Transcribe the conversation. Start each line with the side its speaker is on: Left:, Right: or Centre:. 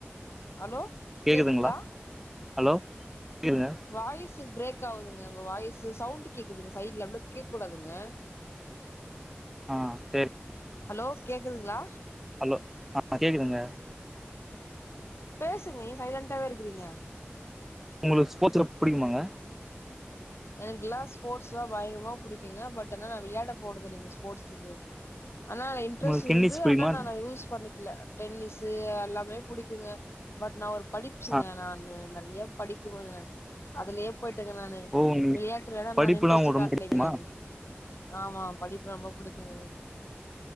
Left: ஹலோ
Centre: கேக்குதுங்ளா
Left: கேக்குதுங்களா
Centre: ஹலோ <unintelligible>
Left: வாய்ஸ்சு பிரேக் ஆவுதுங்க உங்க வாய்ஸ்சு சவுண்ட் கேக்குதுங்க சைடுல இவ்ளோ கேக்க கூடாதுங்க
Centre: அ சேரி
Left: ஹலோ கேக்குதுங்ளா
Centre: ஹலோ அ கேக்குதுங்க
Left: பேசுங்க ஏ சைலண்டாவே இருக்குறீங்க
Centre: ஒங்களுக்கு ஸ்போர்ட்ஸ் ரொம்ப புடிக்குமாங்க
Left: எனக்குல்லா ஸ்போர்ட்ஸ்னா பயங்கரமா புடிக்குங்க பட் என்னனா நா வெளயாட போறதில்லீங்க ஸ்போர்ட்ஸுக்கு ஆனா நா இன்ட்ரெஸ்ட்
Centre: உங்களுக்கு
Left: இருந்து
Centre: டென்னிஸ் புடிக்குமா
Left: ஆனா நானா யூஸ் பண்ணிக்ல டென்னிஸ்சு எல்லாமே புடிக்குங்க பட் நா ஒரு படிப்ஸ்சுங்க
Centre: ஆ
Left: நானு நறியா படிக்குவங்க அதுலே போய்ட்டேங்க நானு
Centre: ஓ உங்களுக்கு
Left: விளையாட்டுலலா
Centre: படிப்புனா
Left: நானு இன்ட்ரெஸ்ட்டு
Centre: உங்களுக்கு
Left: காட்லேங்க
Centre: ரொம்ப புடிக்குமா
Left: நானு ஆமா படிப்புனா ரொம்ப புடிக்குங்க எனக்கு